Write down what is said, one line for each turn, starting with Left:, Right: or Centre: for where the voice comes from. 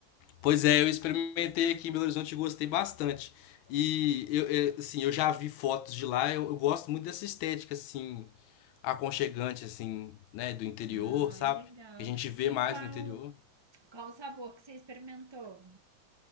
Left: Pois é, eu experimentei aqui em Belo Horizonte e gostei bastante. E eu, eu, assim, eu já vi fotos de lá, eu, eu gosto muito dessa estética assim, aconchegante assim, né, do interior,
Right: Ah,
Left: sabe?
Right: legal.
Left: Que a gente vê
Right: E
Left: mais
Right: qual,
Left: no interior.
Right: qual o sabor que você experimentou?